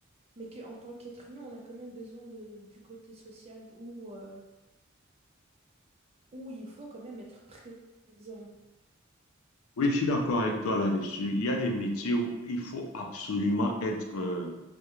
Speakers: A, on the right; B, on the left.
A: mais qu'en tant qu'être humain, on a quand même besoin de- du côté social où, euh, où il faut quand même être présent.
B: Oui, je suis d'accord avec toi là-dessus. Il y a des métiers où il faut absolument être... euh,